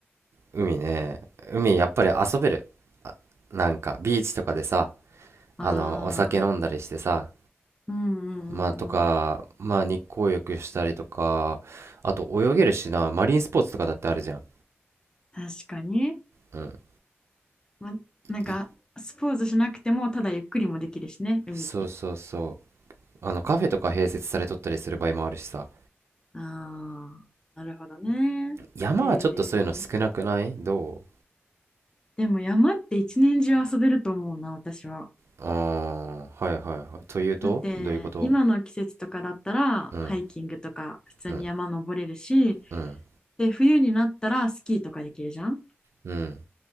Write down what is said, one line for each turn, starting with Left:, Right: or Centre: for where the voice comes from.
Right: 海ね。海、やっぱり遊べる。あ、なんか、ビーチとかでさ、
Left: ああ、
Right: あの、お酒飲んだりしてさ、
Left: うんうんうんうん。
Right: まあとか、まあ日光浴したりとか、あと泳げるしな、マリンスポーツとかだってあるじゃん。
Left: 確かに。
Right: うん。
Left: ま、なんか、
Right: い、
Left: スポーツしなくても、ただゆっくりもできるしね、海って。
Right: そうそうそう。あのカフェとか併設されとったりする場合もあるしさ。
Left: ああ、なるほどね。
Right: 山はちょっとそういうの少なくないど
Left: へえ。でも山って一年中遊べると思うな、私は。
Right: うああー、はいはいはい。というとどういうこと
Left: だって今の季節とかだったらハイキングとか普通に山登れるし
Right: うん、うん、うん、
Left: で冬になったらスキーとかできるじゃん
Right: うん。